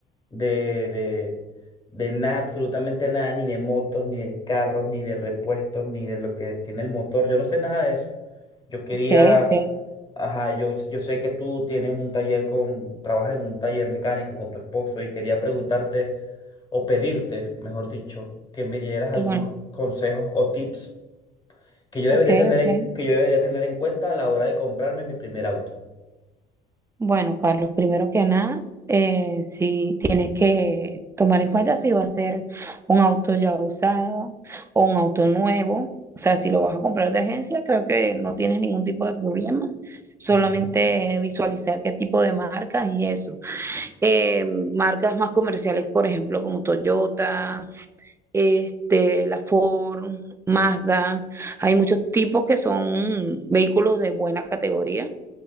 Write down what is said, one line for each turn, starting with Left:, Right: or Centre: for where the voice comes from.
Left: de, de, de nada, absolutamente nada, ni de motos, ni de carros, ni de repuestos, ni de lo que tiene el motor, yo no sé nada de eso. Yo quería,
Right: Okay, okay.
Left: ajá, yo, yo sé que tú tienes un taller con, trabajas en un taller mecánico con tu esposo y quería preguntarte o pedirte, mejor dicho, que me dieras
Right: eh,
Left: algunos
Right: Bueno,
Left: consejos o tips que yo
Right: okay,
Left: debería tener
Right: okay.
Left: en, que yo debería tener en cuenta a la hora de comprarme mi primer auto.
Right: Bueno, Carlos, primero que nada, eh, si tienes que tomar en cuenta si va a ser un auto ya usado o un auto nuevo, o sea, si lo vas a comprar de agencia, creo que no tienes ningún tipo de problema. Solamente
Left: Ujú,
Right: visualizar qué tipo de marcas y eso. Eh, marcas más comerciales, por ejemplo, como Toyota. este, la Ford, Mazda, hay muchos tipos que son vehículos de buena categoría.